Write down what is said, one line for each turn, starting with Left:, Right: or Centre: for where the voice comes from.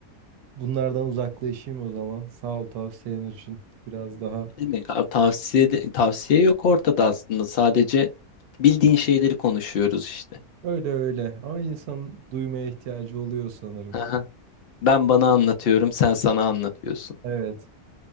Right: bunlardan uzaklaşayım o zaman. Sağ ol tavsiyen için. Biraz daha
Left: Ne demek? A- Tavsiye de- tavsiye yok ortada aslında. Sadece bildiğin şeyleri konuşuyoruz işte.
Right: öyle öyle. Ama insan duymaya ihtiyacı oluyor sanırım.
Left: Aha. Ben bana anlatıyorum, sen sana anlatıyorsun.
Right: Evet,